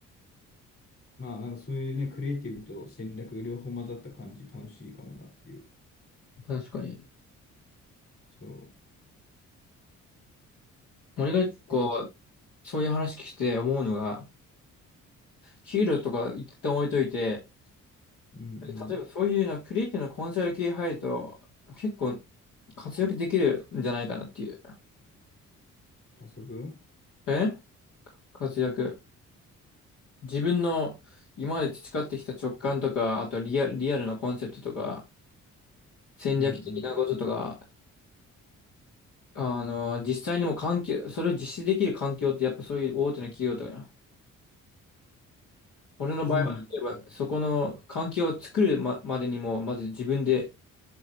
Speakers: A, on the left; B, on the left.
A: まあ、なんかそういうね、クリエイティブと戦略両方混ざった感じ、楽しいかもなっていう。
B: 確かに。
A: そう。
B: 俺が結構、
A: で
B: そういう話聞いて思うのが、給料とか一旦置いといて、
A: うんうん。
B: 例えばそういうな、クリエイティブなコンサル系入ると、結構活躍できるんじゃないかなっていう。
A: 加速
B: え活躍。自分の今まで培ってきた直感とか、あとリアル、リアルなコンセプトとか、戦略的なこととか、
A: うんうん。
B: あの、実際にも環境、それを実施できる環境ってやっぱそういう大手の企業とかや。俺の場合は、
A: そうね。
B: 例えばそこの環境を作るま、までにも、まず自分で